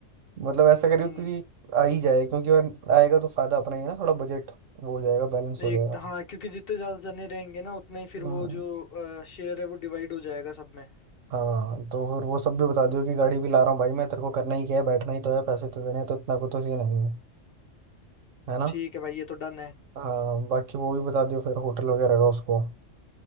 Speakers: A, on the right; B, on the left.
A: मतलब ऐसा करियो
B: हम्म
A: कि आ ही जाए क्योंकि अगर आएगा तो फायदा अपना ही है ना थोड़ा बजट वो हो जाएगा बैलेंस हो
B: एक
A: जाएगा
B: हाँ क्योंकि जितने ज्यादा जने रहेंगे ना उतना ही फिर
A: हम्म,
B: वो जो शेयर है वो डिवाइड हो जाएगा सब में
A: हाँ तो फिर वो सब भी बता दियो कि गाड़ी भी ला रहा हूँ भाई मैं तेरे को करना ही क्या है बैठना ही तो है पैसे तो देने हैं, तो इतना को तो सीन नहीं है है ना
B: ठीक है भाई ये तो डन है
A: हाँ बाकी वो भी बता दियो फिर होटल वगैरह का उसको